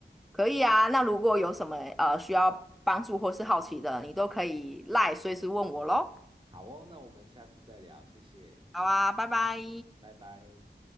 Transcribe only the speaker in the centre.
可以啊，那如果有什么呃需要帮助或是好奇的，你都可以赖随时问我喽。
好啊，拜拜。